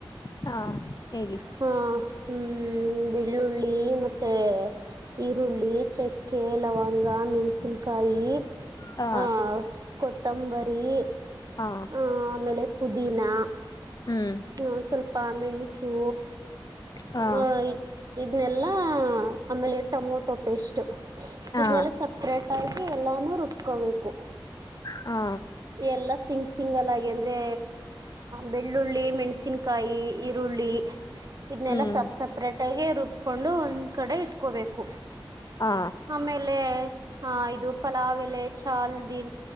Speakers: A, on the left; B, on the right.
A: ಹಾ ಹೇಳಿ
B: ಹಾ ಹ್ಮ್ ಬೆಳ್ಳುಳ್ಳಿ ಮತ್ತೆ ಈರುಳ್ಳಿ ಚಕ್ಕೆ ಲವಂಗ ಮೆಣಸಿನ್ಕಾಯಿ
A: ಹಾ
B: ಆ ಕೊತ್ತಂಬರಿ
A: ಹಾ
B: ಆ ಆಮೇಲೆ ಪುದೀನಾ
A: ಹ್ಮ್
B: ಹ್ಮ ಸ್ವಲ್ಪ ಮೆಣಸು
A: ಹಾ
B: ಆ ಇದನ್ನಲ್ಲಾ ಆಮೇಲೆ ಟಮೊಟೊ ಪೇಸ್ಟ್
A: ಹಾ
B: ಇದನೆೆಲ್ಲ ಸಪ್ರೇಟ್ ಆಗಿ ಎಲ್ಲಾನು ರುಬ್ಕೋಬೇಕು
A: ಹಾ
B: ಎಲ್ಲಾ ಸಿಂಗ್ ಸಿಂಗಲ್ಗಿ ಅಂದ್ರೆ ಬೆಳ್ಳುಳ್ಳಿ ಮೆಣ್ಸಿನ್ ಕಾಯಿ ಈರುಳ್ಳಿ ಇದನ್ನಲ್ಲ
A: ಹ್ಮ್
B: ಸಬ್ ಸಪ್ರೇಟ್ ಳಗೆ ರುಬ್ಕೊಂಡು ಒಂದ್ ಕಡೆ ಇಟ್ಕೋಬೇಕು
A: ಹಾ
B: ಆಮೇಲೆ ಹಾ ಇದು ಪಲಾವ್ ಎಲೆ ಚಾಲ್ ದಿನ